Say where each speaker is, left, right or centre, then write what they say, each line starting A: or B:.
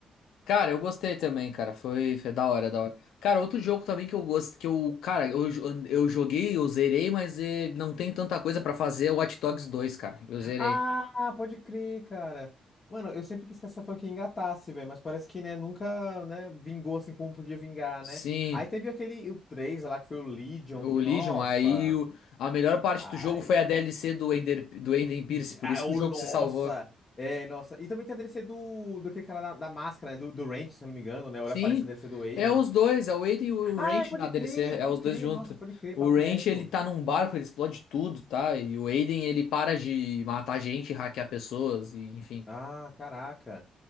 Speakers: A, on the left (about 80°); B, on the left (about 30°).
A: Cara, eu gostei também, cara. Foi, foi da hora, da hora. Cara, outro jogo também que eu gosto, que eu, cara, eu, jo- eu joguei, eu zerei, mas eh, não tem tanta coisa pra fazer, é o Watch Dogs dois cara. Eu zerei.
B: Ah, pode crer, cara. Mano, eu sempre quis que essa franquia engatasse, velho, mas parece que, né, nunca, né, vingou assim como podia vingar,
A: Sim,
B: né? Aí teve aquele, o 3 lá, que foi o Legion,
A: o
B: que,
A: Legion,
B: nossa...
A: aí o- a melhor parte
B: Ai...
A: do jogo foi a DLC do Ender, do Enden Pierce,
B: de-
A: por
B: ai,
A: isso
B: oh,
A: que o jogo
B: nossa!
A: se salvou.
B: É, nossa. E também tem a DLC do, do aquele cara da, da máscara, né, do, do Ranch, se eu não me engano, né? Olha,
A: Sim,
B: aparece a DLC do Aiden.
A: é os dois, é o Aiden e o
B: Ah,
A: Ranch
B: é, pode
A: na DLC,
B: crer,
A: é
B: pode
A: os
B: crer.
A: dois juntos.
B: Nossa, pode crer,
A: O
B: papo
A: Ranch,
B: reto.
A: ele tá num barco, ele explode tudo, tá? E o Aiden, ele para de matar gente, hackear pessoas, e enfim.
B: Ah, caraca.